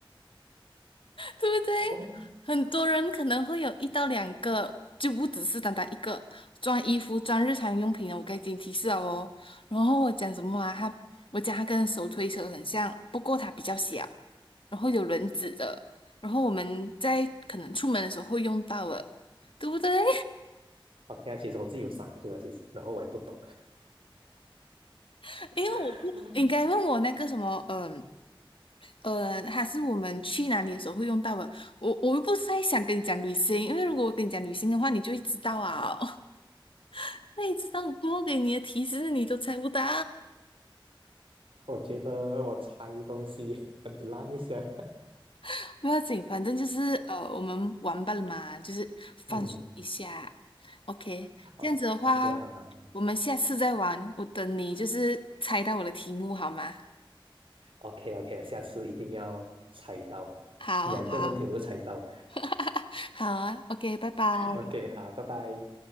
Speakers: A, on the left (about 70°); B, on the right (about 70°).
A: 对不对？
B: <laughs>，OK
A: 很多人可能会有一到两个，就不只是单单一个装衣服、装日常用品的。我给你提示了哦。然后我讲什么啊？他，我讲它跟手推车很像，不过它比较小，然后有轮子的。然后我们在可能出门的时候会用到的，对不对？
B: OK 啊，其实我自己有三个啊，其实，然后我也不懂，
A: <laughs>
B: <laughs>
A: 因为我不应该问我那个什么，
B: 嗯，
A: 嗯、呃，还是我们去哪里的时候会用到的。我我又不是在想跟你讲旅行，因为如果我跟你讲旅行的话，你就会知道啊哦。那一次让多给你的提示你都猜不到，
B: 我觉得我猜东西 <laughs> 很烂一下，<laughs>
A: <laughs> 不要紧，反正就是呃，我们玩吧了嘛，就是放松一下。
B: 嗯，
A: OK，
B: 好，OK
A: 这样子的话，
B: 好啊
A: 我们下次再玩。我等你就是猜到我的题目好吗？
B: ，OK OK，下次一定要猜到，
A: 好好
B: 两个问题我就猜到。
A: <laughs> 好啊，OK，拜拜。
B: OK，好，拜拜。